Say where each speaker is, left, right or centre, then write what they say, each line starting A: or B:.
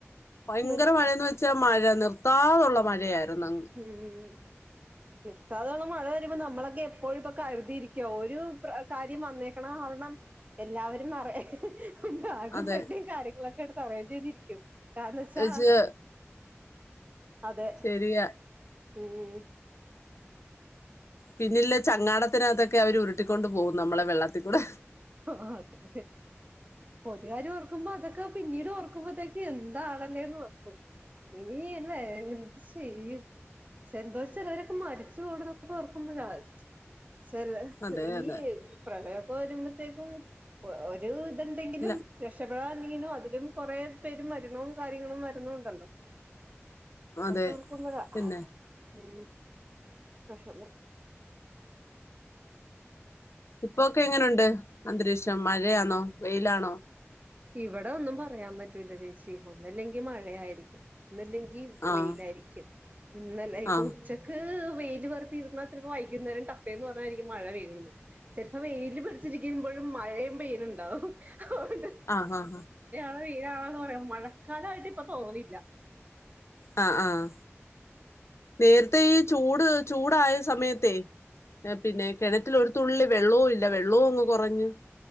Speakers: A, on the left (about 65°); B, on the right (about 35°).
A: യങ്കര
B: നിർ
A: മഴന്ന് വെച്ചാ മഴ ത്താതുള്ള മഴയായിരുന്നു. അങ്ങ്
B: ഉം നിർത്താതെ ള്ള മഴ വരുമ്പോ നമ്മളൊക്കെ എപ്പഴും പ്പോ കരുതിയിരിക്കു ഒരു കാര്യം വന്നേക്കണം കാരണം എല്ലാവരും മറ ബാഗും
A: അതെ
B: പെട്ടീം കാര്യങ്ങളൊക്കെ എടുത്ത് അറേഞ്ച് ചെയ്തിരിക്കും കാരണ ച്ചാ
A: ച്ച്
B: അതെ.
A: ശരിയാ
B: ഉം
A: പിന്നല്ലെ ചങ്ങാട ത്തിനകത്തൊക്കെ അവര് ഉരുട്ടിക്കൊണ്ട് പോകും നമ്മളെ വെള്ളത്തി കൂടെ
B: ആ അതെ ഒരു കാര്യോ ഓർക്കുമ്പോ അതൊക്കെ പിന്നീട് ഓർക്കുമ്പത്തേക്ക് എന്ത് എന്താളല്ലേന്ന് വെക്കും ഇനിയല്ലേ എന്തു ചെയ്യും ചെന്തോ ചെലവരൊക്കെ മരിച്ചു പോണത് ഓർക്കുമ്പഴാ. ചെല
A: അതെ
B: ഈ
A: അതെ
B: പ്രളയ. പോരുമ്പം ശെരിക്കും ഒരൂ ഇതിണ്ടെങ്കിലും
A: ഇല്ല
B: വെഷ <unintelligible> അതിലും കൊറേ പേര് മരണവും കാര്യങ്ങളും വരുന്നുണ്ടല്ലോ അതൊക്കോർക്കുമ്പഴാ
A: അതെ പിന്നെ
B: ഉം സഷമ്
A: ഇപ്പൊക്കെ എങ്ങനുണ്ട് അന്തരീക്ഷം മഴയാന്നോ വെയിലാണോ.
B: ഇവിടെ ഒന്നും പറയാൻ പറ്റൂല ചേച്ചി ഒന്നല്ലെങ്കി മഴയായിരിക്കും ഒന്നുല്ലെങ്കി
A: ആഹ്
B: വെയിലായിരിക്കും ഇന്നല്ല ഇപ്പൊ
A: ആഹ്
B: ഉച്ചക്ക് വെയിൽ വുത്തിരുന്നാൽ ചിലപ്പോ വൈകുന്നേരം ടപ്പേന്ന് പറഞ്ഞായിരിക്കും മഴ പെയ്യണുന്നത് ചിലപ്പോ വെയിൽ പടിച്ചിരിക്കുമ്പോഴും മഴയും പെയ്യ്ണ്ണ്ടാവും അതൊണ്ട്
A: ആഹ് ആഹ് ആഹ്
B: യില പറ മഴക്കാലമായിട്ട് പ തോന്നില്ല
A: ആഹ് ആഹ് നേരത്തെ ഈ ചൂട് ചൂടായ സമയത്ത പിന്നെ കിണത്തിൽ ഒരു തുള്ളി വെള്ളവും ഇല്ല വെള്ളവും കുറഞ്ഞ്